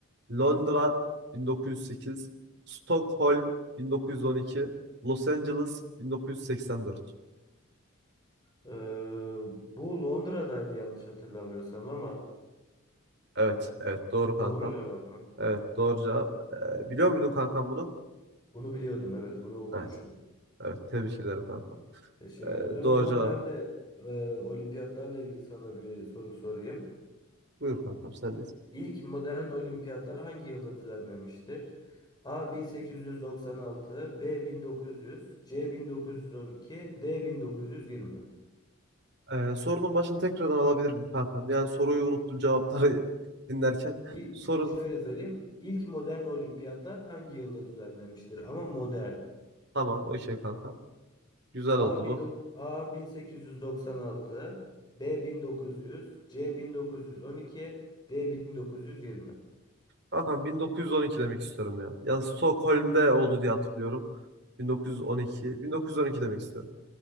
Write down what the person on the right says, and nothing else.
Londra 1908, Stockholm 1912, Los Angeles 1984.
Evet, evet doğru kankam.
Evet doğru cevap. E, biliyor muydun kankam bunu?
Evet, evet tebrik ederim kankam.
E,
doğru
cevap.
Buyur kankam sen de.
Ee, sorunun başını tekrardan alabilir miyim kankam? Yani soruyu unuttum cevapları <laughs> dinlerken.
Sorun
tamam o şey kankam. Güzel
oldu bu.
Kankam 1912 demek istiyorum ya. Yani Stockholm'de oldu diye hatırlıyorum. 1912. 1912 demek istiyorum.